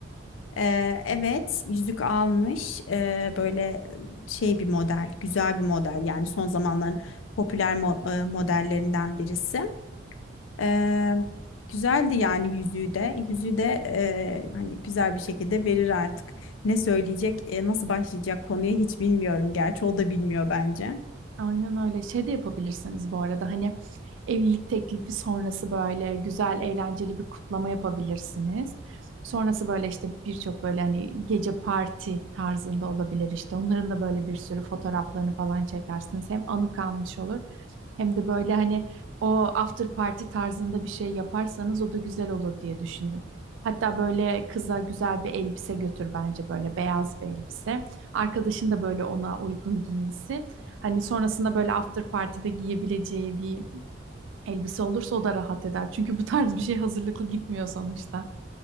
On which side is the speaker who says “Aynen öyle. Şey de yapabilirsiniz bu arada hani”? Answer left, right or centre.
Right